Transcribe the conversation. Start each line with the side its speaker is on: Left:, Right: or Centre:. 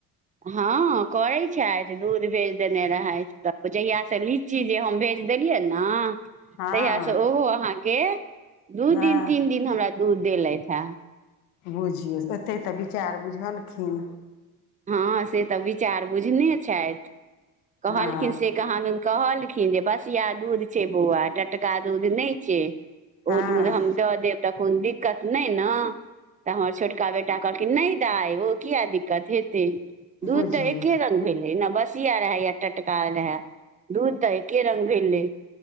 Right: हँ करै छैथ दूध भेज देने रहैत जहिया से लीची जे हम भेज देलियै ऐना
Left: हँ
Right: तहिया से ओहो अहाँ के दू
Left: हँ
Right: दिन तीन दिन हमरा दूध देलैथ हँ
Left: बुझियौ तेत्तेक तऽ विचार बुझलखिन
Right: हँ से तऽ विचार बुझने छथि कहलखिन
Left: हँ
Right: से कहा दुन कहलखिन जे बसिया दूध छै बौआ टटका दूध नै छै
Left: हँ
Right: ओ दूध हम दऽ देब तऽ कोनो दिक्कत नय न तऽ हमर छोटका बेटा कहलखिन नय दाय किया दिक्कत हे दूध
Left: बुझियौ
Right: तऽ एके रंग भेलै न बस सिया रहे या टटका रहै दूध तऽ एके रंग भेले